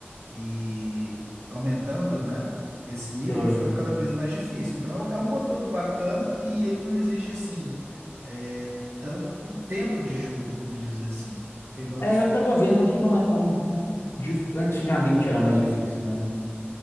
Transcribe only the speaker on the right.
e aumentando, né, esse nível
vai ficando cada vez mais difícil. Então, é um é um conteúdo bacana e ele não exige, assim, é, tanto tempo de jogo, vamos dizer assim. Porque igual...